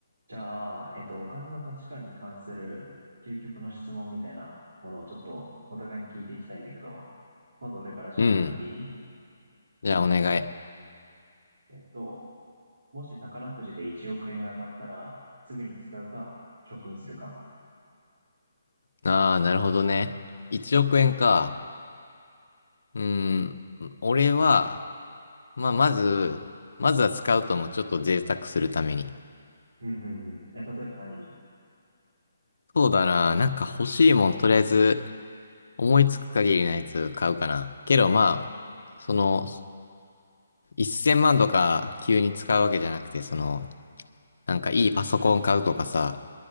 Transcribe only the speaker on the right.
じゃあ、えっと、お金の価値観に関する究極の質問みたいなものをちょっとお互いに聞いていきたいんだけど、まず俺からじゃあ聞いていい
えっと、もし宝くじで1億円が当たったら、すぐに使うか、貯金するか。
うん、
うん、うんうん。え、例えば何に